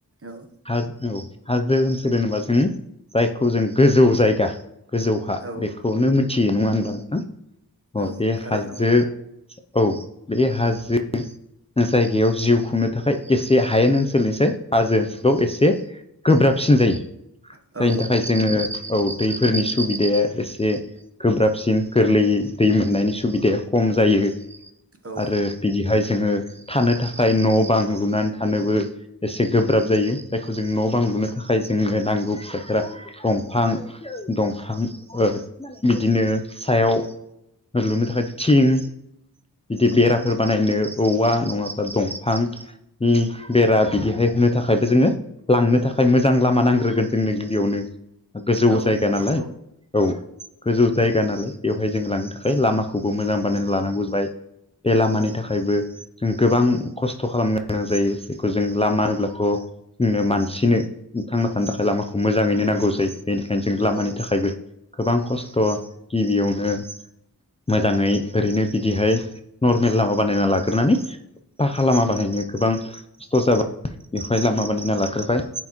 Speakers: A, on the right (about 40°); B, on the left (about 15°).
A: औ
B: हाजो औ हाजो ओनसोल होनोबा जोंङो जायखौ जों गोजौ जायगा। गोजौ हा
A: औ
B: बेखौनो मिथियो। नङा होनब्ला नोंथां? अ
A: औ
B: बे
A: थारैनो
B: हाजो
A: नंगौ
B: औ बे हाजो जायगायाव जिउ खुंनो थाखाय एसे हायेन ओनसोल निसाया हाजो बेयाव एसे गोब्राबसिन जायो।
A: नोंथां
B: जायनि
A: औ
B: थाखाय जोङो औ दैफोरनि सुबिदाया एसे गोब्राबसिन गोरलैयै दै मोननायनि सुबिदाया खम जायो
A: औ
B: आरो बिदिहाय जोङो थानो थाखाय न'-बां लुनानै थानोबो एसे गोब्राब जायो। जायखौ जों न' बां लुनो थाखाय जोंनो नांगौ बेसादफोरा दंफां दंफां ओ बिदिनो सायाव लुनो थाखाय थिं बिदि बेराफोर बानायनो औवा नङाब्ला दंफां नि बेरा बिदिहाय होनो थाखायबो जोङो लांनो थाखाय मोजां लामा नांग्रोगोन जोंनो गिबियावनो। गोजौ
A: औ
B: जायगा नालाय
A: नंगौ
B: औ गोजौ जायगा नालाय बेवहाय जों लांनो थाखाय लामाखौबो मोजां बानायना लानांगौ जाबाय। बे लामानि थाखायबो जों गोबां खस्थ' खालामनो गोनां जायो। जेखौ जों लामा होनोब्लाथ' जोंनो मानसिनो थांना थानो थाखाय लामाखौ मोजाङैनो नांगौ जायो। बेनिखायनो जों लामानि
A: औ
B: थाखायबो गोबां खस्थ' गिबियावनो मोजाङै ओरैनो बिदिहाय नर्मेल लामा बानायना लाग्रो- नानै पाखा लामा बानायनो गोबां खस्थ' जाबाय बेवहाय लामा बानायना लाग्रोबाय